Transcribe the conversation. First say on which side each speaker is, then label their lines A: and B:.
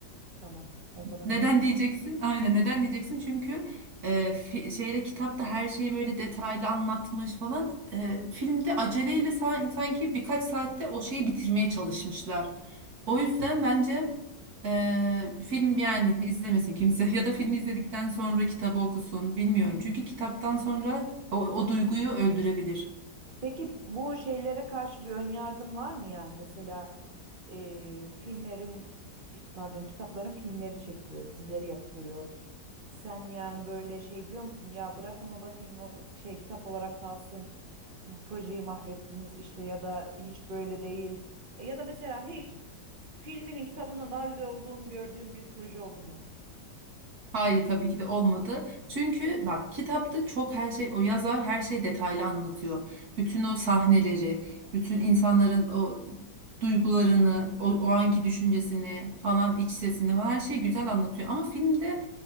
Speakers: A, on the right; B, on the right.
A: tamam. O zaman
B: Neden
A: izlemeyeceğim.
B: diyeceksin? Aynen neden diyeceksin? Çünkü e, fi- şeyde kitapta her şeyi böyle detaylı anlatmış falan. E, filmde aceleyle san- sanki birkaç saatte o şeyi bitirmeye çalışmışlar. O yüzden bence e, film yani izlemesin kimse <laughs> ya da filmi izledikten sonra kitabı okusun bilmiyorum. Çünkü kitaptan sonra o, o duyguyu öldürebilir.
A: Peki bu şeylere karşı bir ön yargın var mı yani? Mesela e, filmlerin işte pardon kitapların filmleri çekiliyor, dizileri yapılıyor. Sen yani böyle şey diyor musun? Ya bırakın o da film ol- şey kitap olarak kalsın. Projeyi mahvettiniz işte ya da hiç böyle değil. Ya da mesela hiç filminin kitabından daha güzel olduğunu gördüğün bir proje oldu mu?
B: Hayır tabii ki de olmadı. Çünkü bak kitapta çok her şey o yazar her şeyi detaylı anlatıyor. Bütün o sahneleri, bütün insanların o duygularını, o, o anki düşüncesini falan iç sesini falan her şeyi güzel anlatıyor. Ama filmde